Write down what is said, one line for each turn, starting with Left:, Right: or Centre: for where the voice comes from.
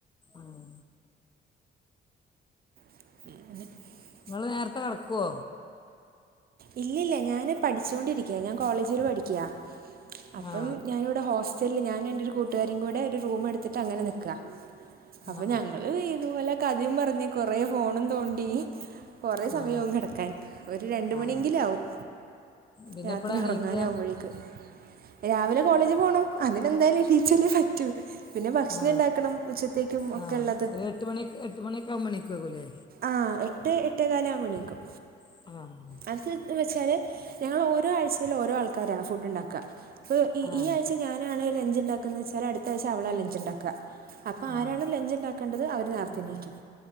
Left: ആഹ്
Right: <unintelligible>
Left: ഇങ്ങള് നേരത്തെ കെടക്കുവോ
Right: ഇല്ലില്ല ഞാന് പഠിച്ചൊണ്ടിരിക്കയാ ഞാൻ കോളേജില് പഠിക്കയാ അപ്പം
Left: ആ
Right: ഞാനവ ഹോസ്റ്റൽ ഞാനും എന്റെ ഒരു കൂട്ടുകാരും കൂടെ ഒരു റൂം എടുത്തിട്ട് അങ്ങനെ നിക്കാ അപ്പ
Left: ആ
Right: ഞങ്ങള് ഇതുപോലെ കഥയും പറഞ്ഞ് കൊറേ ഫോണും തോണ്ടി കൊറേ സമയവും
Left: ആ
Right: കെടക്കാൻ ഒരു രണ്ട്
Left: ആ ആ
Right: ണെങ്കിലാകും
Left: പിന്നെ
Right: രാത്രി
Left: എപ്പോഴാണ്
Right: ഉറങ്ങാനകുമ്പോഴേക്ക്
Left: എണീക്കുക
Right: രാവിലെ കോളേജ് പോണം അതിനെന്തായാലും എണീച്ചല്ലേപറ്റൂ. പിന്നെ ഭക്ഷണണ്ടാക്കണം
Left: ആ
Right: ഉച്ചത്തേക്കും ഒക്കെള്ളത്
Left: ആ ഒരു എട്ട് മണി എട്ട് മണിയൊക്കെ ആകുമ്പോൾ എണീക്കുമാകുമല്ലേ
Right: ആഹ് എട്ട് എട്ടേ കലാവുമ്പോ എണീക്കും.
Left: ആഹ്
Right: അത് വെച്ചാൽ ഞങ്ങൾ ഓരോ ആഴ്ചയിൽ ഓരോ ആൾക്കാരാ ഫുഡ് ഉണ്ടാക്ക. ഇപ്പോ ഇ
Left: ആ
Right: ഈ ആഴ്ച ഞാനാണ് ലഞ്ച്ണ്ടാക്കുന്ന് വെച്ചാല് അടുത്ത ആഴ്ച അവളാ ലഞ്ച്ണ്ടാക്ക അപ്പൊ ആരാണ്
Left: ആ
Right: ലഞ്ച്ണ്ടാക്കേണ്ടത് അവര് നേർത്തെ എണീക്കും